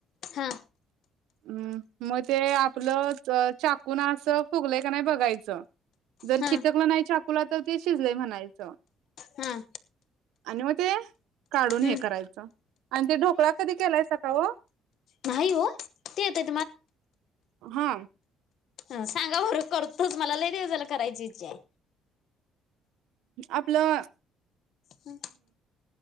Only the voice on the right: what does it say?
हम्म मग ते आपलं चाकुून असं फुगलं का नाही बघायचं. जर
चिटकलं नाही चाकूला तर ते शिजले म्हणायचं.
आणि मग ते काढून
हे करायचं. आणि ते ढोकळा कधी केलाय स काव?
हा.
आपलं...